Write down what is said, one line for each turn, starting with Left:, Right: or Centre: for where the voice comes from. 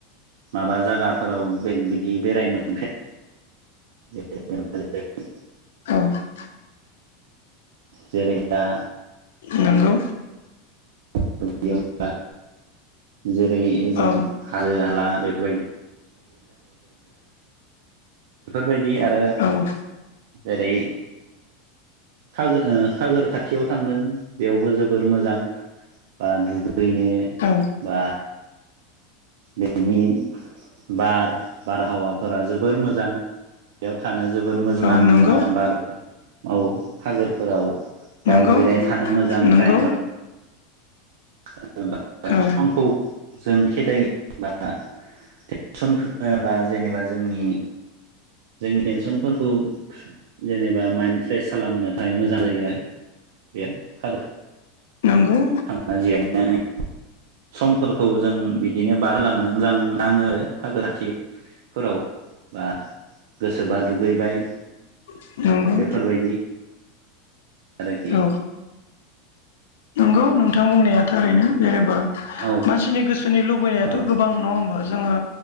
Right: माबा जागाफोराव बेद बिदि बेरायनो <unintelligible> <unintelligible>
Left: <unintelligible>
Right: जेरै दा
Left: नोंगौ।
Right: <unintelligible> जेरै ओजों
Left: औ
Right: <unintelligible> <unintelligible> <unintelligible> बायदि आरो
Left: औ
Right: जेरै खागो ओ खागोर खाथियाव थांदों बेयावबो जोबोर मोजां बा दुगै हैनो
Left: औ
Right: बा बेनि बार बारहावाफोरा जोबोर मोजां। बेयाव थानो जोबोर मोजां
Left: औ
Right: नाङो
Left: नंगौ
Right: दा बार औ हागोरफोराव बा
Left: नंगौ
Right: जिरायनो थानो मोजां
Left: नंगौ
Right: टाइम पा <unintelligible> समखौ
Left: औ
Right: जों खेदायो बा थेनसन होनोबा जेनेबा जोंनि जों टेनसनफोरखौ जेनेबा माइन्द फ्रेस खालामनो थाखाय मोजां जायो आरो। <unintelligible>
Left: नोंगौ।
Right: <unintelligible> समफोरखौ जों बिदिनो बारलांनो मोजां नाङो आरो सागोर खाथि फोराव बा गोसोबा दुु दुगैबाय
Left: नंगौ
Right: बेफोरबायदि। आरोखि।
Left: औ नंगौ नोंथां बुंनाया थारैनो जेनेबा
Right: औ
Left: मानसिनि गो सोरनि लुबैनायाथ'
Right: औ
Left: गोबां नङा होमबा जोङो